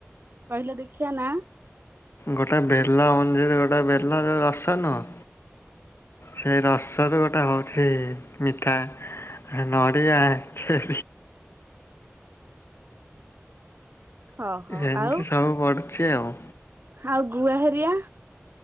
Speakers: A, on the right; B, on the left.
A: କହିଲେ ଦେଖିବା ନା।
B: ଗୋଟେ ବେଲା ମଞ୍ଜିିର ଗୋଟେ ବେଲର ରସ ନୁହଁ? ସେଇ ରସରୁ ଗୋଟେ ହଉଛି ମିଠା। ନଡ଼ିଆା ସେ
A: ହଉ ହଉ
B: ଏମିତି
A: ଆଉ
B: ସବୁ ପଡୁଛି ଆଉ।
A: ଆଉ ଗୁଆ ହେରିକା?